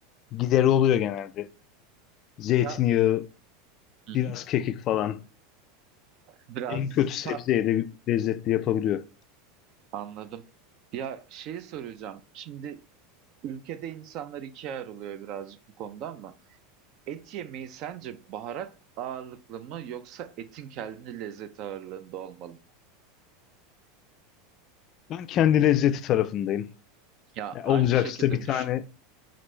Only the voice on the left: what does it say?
gideri oluyor genelde. Zeytinyağı,
biraz kekik falan.
En kötü sebzeyi
de lezzetli yapabiliyor.
Ben kendi lezzeti tarafındayım.
Ya
olacaksa
bir tane